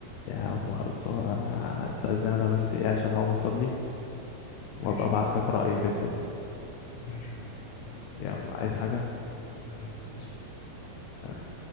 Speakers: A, on the left; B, on the left.
A: يا عم خلصان انا استاذن انا بس ايه عشان اقوم اصلي
B: ماشي
A: وابقى ابعت
B: يا معلم
A: لك رأيي في الفيلم
B: ماشي يا معلم يلا
A: يلا عايز حاجة
B: حبيبي تسلم
A: سلام